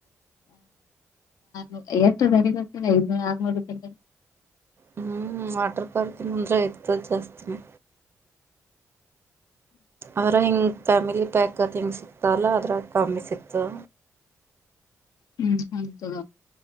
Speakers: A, on the left (about 80°); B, on the right (about 40°).
A: ೂ ಏತ್ತು ತರ ಇ ಆರನೂರು ತಿ <unintelligible>
B: ಹ್ಮ್ ವಾಟರ್ ಪಾರ್ಕ ಅಂದ್ರೆ ಇರ್ತ್ದ್ ದ್ ಜಾಸ್ತಿನೇ ಆದ್ರ ಹಿಂಗ ಫ್ಯಾಮಿಲಿ ಪ್ಯಾಕ್ ಅದು ಹಿಂಗೆ ಸಿಕ್ತಲ್ಲ ಅದ್ರ ಕಮ್ಮಿ ಸಿಕ್ತದ
A: ಹ್ಮ್ ಹೌತದ